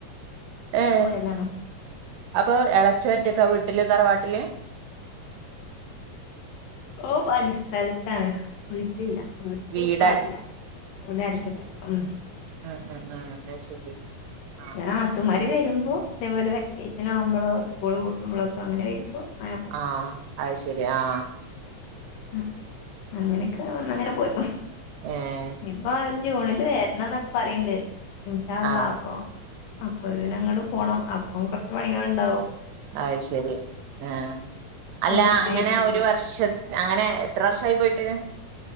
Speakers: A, on the right; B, on the left.
A: ഏ
B: പോയതാണ്
A: അപ്പേ എളച്ഛൻ ഒറ്റക്കാ വീട്ട് വീട്ട്ല് താറവാട്ട്ല്
B: ഓ പണി സ്ഥൽത്താണ് വീട്ട്ല്ല വീട്ട്ല്
A: വീട്
B: ഇപ്പാരുല്ല വീട് അടച്ചിട്ടക്ക ഉം
A: അ അ അ ന്നാ ശരി. ആഹ്
B: നാത്തുമാര്
A: ശരി
B: വരുമ്പോ ഇതെ പോലെ വെക്കേഷനാവുമ്പളോ സ്കൂള് പൂട്ട്മ്പളക്ക അങ്ങനെ വരുമ്പോ അങ്ങനെ പോകും
A: ആ, അത് ശരി ആ
B: ഉം അങ്ങനെക്കവു അങ്ങനെ പോരും
A: ഏഹ്
B: ഇനിപ്പ ജൂണില് വരണന്നൊക്കെ പറയ്ണ്ട് ഇൻഷാഅള്ളാ
A: ആഹ്
B: അപ്പ അപ്പ പിന്നെ അങ്ങട് പോണം അപ്പം കെറച്ച് പണികള്ണ്ടാവും.
A: അയ്ശരി ആ
B: പൂട്ടിട്ട്
A: അല്ല അങ്ങന
B: വരുന്നല്ലേ
A: ഒരു വർഷ അങ്ങന എത്ര വർഷയി പോയിട്ട്?